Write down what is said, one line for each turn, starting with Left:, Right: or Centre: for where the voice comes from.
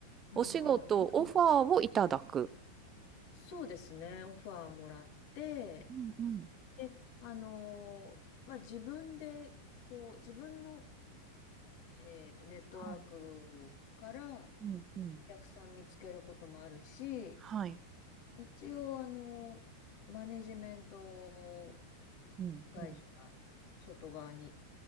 Left: ああ、
Right: お仕事、
Left: まあ、
Right: オファーをいただく。
Left: そうですね。オファーもらって、
Right: うんうん。
Left: で、あのーまあ、自分で、こう、自分の、えっと、ネットワークから
Right: はい。うんうん。
Left: お客さん見つけることもあるし、
Right: はい。
Left: 一応、あのーマネジメント
Right: うんうん。
Left: 会社が外側に、